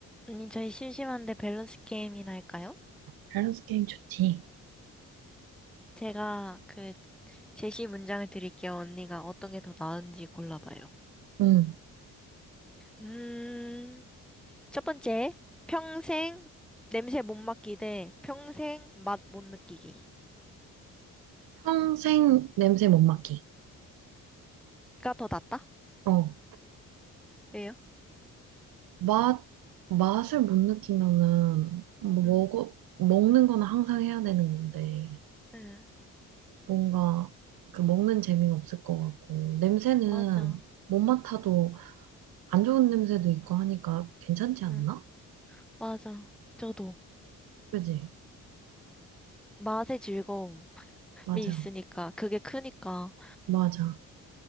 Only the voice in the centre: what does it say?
언니, 저희 심심한데 밸런스 게임이나 할까요?
제가 그 제시 문장을 드릴게요. 언니가 어떤 게 더 나은지 골라봐요.
음, 첫 번째, 평생 냄새 못 맡기 대 평생 맛 못 느끼기가
더 낫다?
왜요?
응,
응,
맞아.
응, 맞아. 저도.
맛의 즐거움이
있으니까, 그게 크니까,